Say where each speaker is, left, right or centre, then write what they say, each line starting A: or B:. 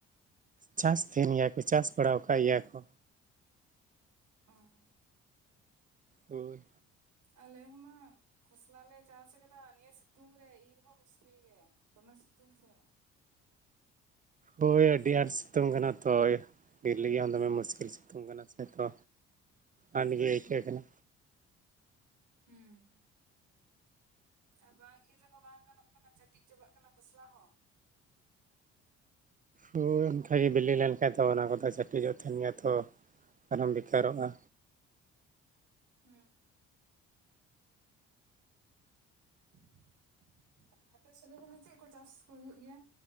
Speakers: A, on the right; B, on the right.
A: ᱪᱟᱥ ᱛᱟᱦᱮᱱ ᱜᱮᱭᱟ ᱠᱚ ᱪᱟᱥ ᱵᱟᱲᱟ ᱟᱠᱟᱫ ᱜᱮᱭᱟ ᱠᱚ।
B: ᱚ
A: ᱦᱳᱭ
B: ᱟᱞᱮ ᱦᱚᱸ ᱠᱷᱚᱥᱞᱟ ᱞᱮ ᱪᱟᱥ ᱟᱠᱟᱫᱟ ᱱᱤᱭᱟᱹ ᱥᱤᱛᱩᱝ ᱨᱮ ᱤᱨ ᱦᱚᱸ ᱢᱩᱥᱠᱤᱞ ᱜᱮ ᱫᱚᱢᱮ ᱥᱤᱛᱩᱝ ᱥᱮ
A: ᱦᱳᱭ ᱟᱹᱰᱤ ᱟᱸᱴ ᱥᱤᱛᱩᱝ ᱠᱟᱱᱟ ᱛᱚ ᱤᱨ ᱞᱟᱹᱜᱤᱫ ᱦᱚᱸ ᱫᱚᱢᱮ ᱢᱩᱥᱠᱤᱞ ᱥᱤᱛᱩᱝ ᱠᱟᱱᱟ ᱥᱮ ᱛᱚ ᱟᱴ ᱜᱮ ᱟᱹᱭᱠᱟᱹᱜ
B: ᱦᱩᱸ
A: ᱠᱟᱱᱟ
B: ᱦᱩᱸ ᱟᱨ ᱵᱟᱝ ᱤᱨ ᱨᱮᱦᱚᱸ ᱵᱟᱝ ᱜᱟᱱᱚᱜ ᱠᱟᱱᱟ ᱪᱟᱹᱴᱤᱡ ᱪᱟᱵᱟᱜ ᱠᱟᱱᱟ ᱠᱷᱚᱥᱞᱟ ᱦᱚᱸ।
A: ᱦᱳᱭ ᱚᱱᱠᱟᱜᱮ ᱵᱤᱞᱤ ᱞᱮᱱᱠᱷᱟᱡ ᱫᱚ ᱚᱱᱟ ᱠᱚᱫᱚ ᱪᱟᱹᱴᱤᱡᱚᱜ ᱛᱟᱦᱮᱱ ᱜᱮᱭᱟ ᱛᱚ ᱟᱨᱚᱢ ᱵᱮᱠᱟᱨᱚᱜᱼᱟ
B: ᱦᱮᱸ <unintelligible> ᱟᱯᱮᱥᱮᱫ ᱨᱮᱫᱚ ᱪᱮᱫ ᱠᱚ ᱪᱟᱥ ᱠᱚ ᱦᱩᱭᱩᱜ ᱜᱮᱭᱟ